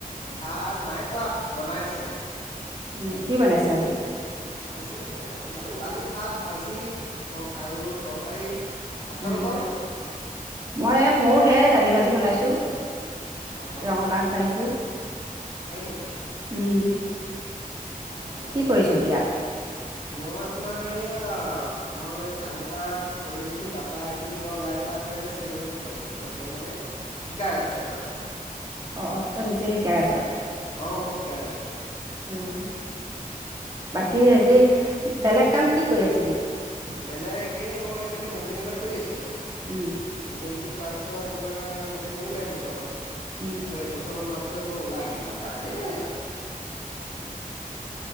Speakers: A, on the left; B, on the right.
A: ভাত নাই খোৱা, বনাই আছে।
B: উম, কি বনাইছে আজি?
A: আজি জানো, দালি, ভাত, ভাজি তৰ আৰু তৰকাৰী। আপোনালোকৰ
B: উম। মই এইয়াত, ময়ো সেয়াই দালি ভাজি বনাইছো,
A: অঁ
B: ৰঙালাও আগ পাৰিছোঁ।
A: হয় নেকি?
B: উম,
A: অঁ
B: কি কৰিছ এতিয়া?
A: মই আপোনাৰ এইয়া, মই কাম এটা কৰি আছিলোঁ তাৰপৰা এতিয়া এইটো বাৰু ওলাই পেলাই আপোনাৰ এতিয়া চুইমিংত সোমাইছোঁ আপোনাৰ চুইমিং মানে শিকাই আছো আপোনাৰ।
B: অঁ, অঁ, তই নিজে শিকাই আছ?
A: অ, মই শিকাই আছো।
B: উম, বাকী হেৰি, বেলেগ কাম কি কৰি আছিলি?
A: বেলেগ এই মই এইফালে কোম্পানী এটাত কৰি আছিলো।
B: উম।
A: কোম্পানীটোত কৰাৰ পিছত আপোনাৰ তাতে কৰিলো একবছৰমান পিছত
B: উম
A: এক বছ ছমান হোৱাৰ পিছত মই ওলাই আহিলো তাৰপৰা এই